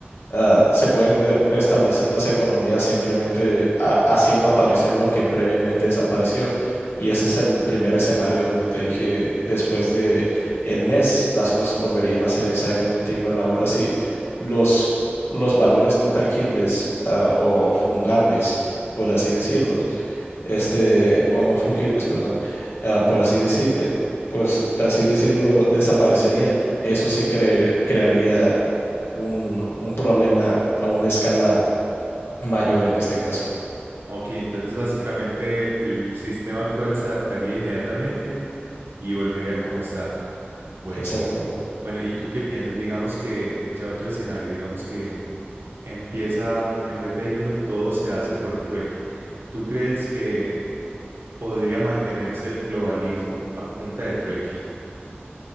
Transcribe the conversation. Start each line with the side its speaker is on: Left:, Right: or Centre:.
Left: Uh, se pueden eh, restablecer las economías simplemente a- haciendo aparecer lo que previamente desapareció. Y ese es el primer escenario donde te dije, después de el mes, las cosas volverían a ser exactamente igual. Ahora si los, los valores no tangibles ah, o fungibles, por así decirlos, este, o no fungibles, perdón, ah, por así decirle, pues así decirlo, desaparecerían. Eso sí cre- crearía un, un problema a una escala mayor en este caso.
Right: Ok, entonces básicamente el sistema actual se adaptaría inmediatamente y volvería como está. Bueno,
Left: Exacto.
Right: bueno. Bueno, ¿y tú qué piensas? Digamos que ya otro escenario, digamos que empieza, en vez de dinero, todo se hace por trueque. ¿Tú crees que podría mantenerse el globalismo a punta de trueque.